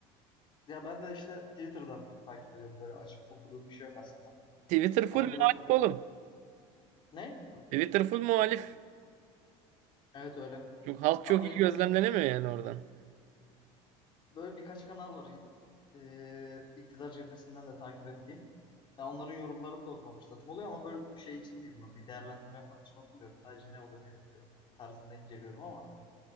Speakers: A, on the left (about 35°); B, on the right (about 60°).
A: ya ben de işte Twitter'dan takip ediyorum böyle açıp okuduğum bir şey yok aslında.
B: Twitter full
A: Ama
B: muhalif
A: biraz
B: oğlum.
A: ne?
B: Twitter full muhalif.
A: Evet öyle.
B: Çok, halk
A: Ama
B: çok iyi
A: benim
B: gözlemlenemiyor
A: böyle
B: yani oradan.
A: Böyle birkaç kanal var e, iktidar cephesinden de takip ettiğim. Ya onların yorumlarını da okuma fırsatım oluyor ama böyle bir şey için değil bunu. Bir değerlendirme yapmak için okumuyorum. Sadece ne oluyor ne bitiyor tarzında inceliyorum ama